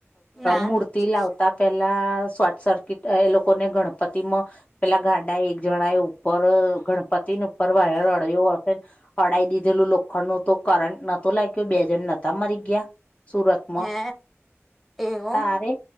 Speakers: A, in the centre; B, on the left (about 25°).
A: ના
B: મૂર્તિ
A: નથી
B: લાવતા પેલા સાત સાત ફીટ એ લોકોને ગણપતિ માં પેલા ગાડા એક જણા એ ઉપર ગણપતિની ઉપર વાયર અડ્યો અડાી દીધેલું લોખડું તો કરંટ નતું લાગ્યું બે જણ નહતા મરી ગયા સુરતમાં
A: હે એવું
B: તારે